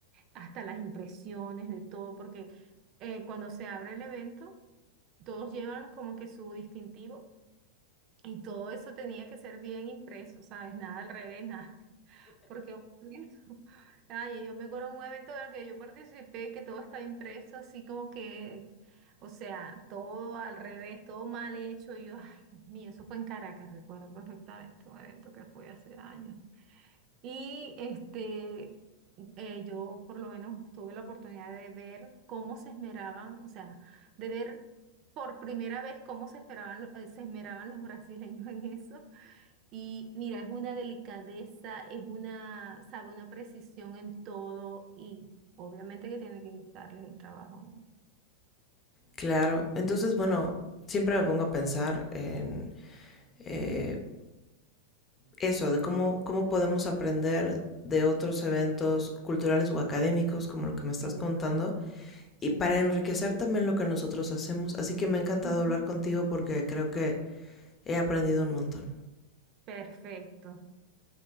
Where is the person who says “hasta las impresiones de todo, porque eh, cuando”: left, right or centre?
Right